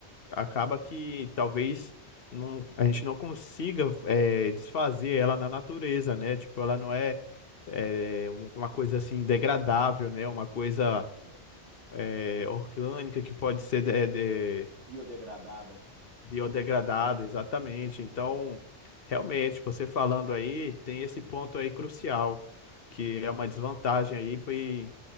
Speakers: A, on the left (about 55°); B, on the right (about 85°).
A: acaba que talvez não, a gente não consiga é, desfazer ela na natureza, né? Tipo, ela não é, é uma coisa assim degradável, né? Uma coisa
B: É,
A: é, orgânica que pode ser de- eh, de-
B: biodegradada.
A: biodegradada, exatamente. Então, realmente, você falando aí, tem esse ponto aí crucial, que
B: é.
A: é uma desvantagem aí, e